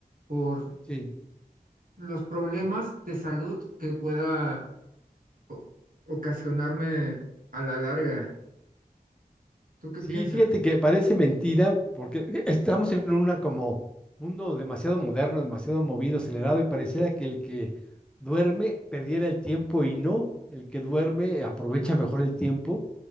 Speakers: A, on the right; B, in the centre.
A: por
B: Sí.
A: los problemas de salud que pueda o- ocasionarme a la larga. ¿Tú qué
B: Sí,
A: piensas?
B: fíjate que parece mentira porque estamos en un como mundo demasiado moderno, demasiado movido, acelerado y pareciera que el que duerme perdiera el tiempo y no, el que duerme aprovecha mejor el tiempo